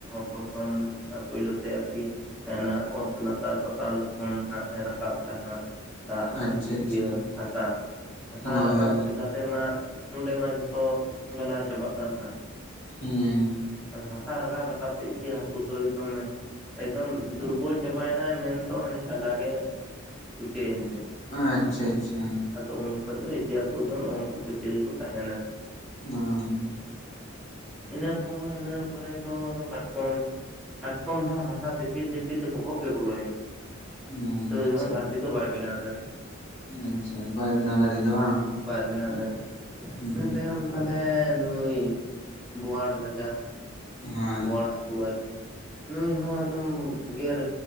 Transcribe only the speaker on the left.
ᱟᱪᱪᱷᱟ
ᱟᱪᱪᱷᱟ
ᱦᱳᱭ
ᱦᱳᱭ
ᱦᱮᱸ
ᱟᱪᱪᱷᱟ ᱟᱪᱪᱷᱟ
<unintelligible>
ᱟᱪᱪᱷᱟ
ᱟᱪᱪᱷᱟ ᱵᱟᱭ ᱵᱮᱱᱟᱣ ᱫᱟᱲᱮᱭᱟᱫᱟ ᱵᱟᱝ᱾
ᱦᱩᱸ
ᱦᱳᱭ